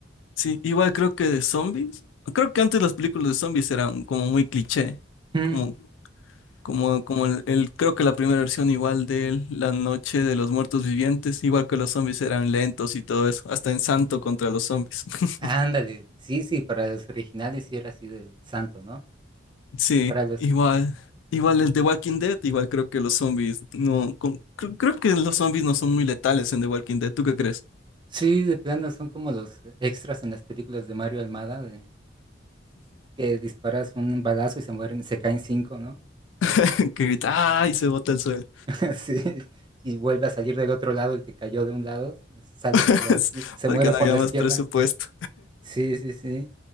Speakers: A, on the left; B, on the right.
A: Sí, igual creo que de zombies. Creo que antes las películas de zombies eran como muy cliché.
B: Mm,
A: Como, como, como el, el- creo que la primera versión igual de La Noche de los Muertos Vivientes, igual que los zombies eran lentos y todo eso, hasta en Santo contra los zombies. <laughs>
B: ándale. Sí, sí, para los originales sí era así del santo, ¿no?
A: Sí,
B: Para los...
A: igual, igual el de Walking Dead, igual creo que los zombies no, con- cre- creo que los zombies no son muy letales en The Walking Dead. ¿Tú qué crees?
B: Sí, de plano son como los extras en las películas de Mario Almada, de que disparas un balazo y se mueren, se caen cinco, ¿no?
A: <laughs> Que grita, ¡ay! y se bota el suelo.
B: <laughs> Sí, y vuelve a salir del otro lado, el que cayó de un lado, sale
A: <laughs>
B: por la, se
A: Porque
B: muere
A: no
B: por
A: había
B: la
A: más
B: izquierda.
A: presupuesto.
B: Sí, sí, sí.